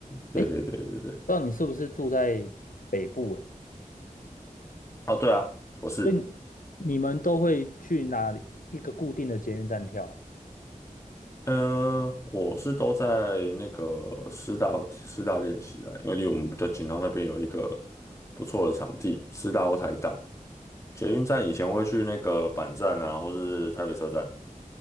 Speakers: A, on the left; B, on the left.
A: 对对对对对，
B: 哎，不知道你是不是住在北部哎，
A: 哦对啊，我是，
B: 所以你你们都会去哪里一个固定的捷运站跳啊
A: 嗯、我是都在那个师大师大练习啦，因为离我们比较近，然后那边有一个不错的场地，师大或台大。捷运站以前会去那个板站啊，
B: 哦
A: 或是台北车站。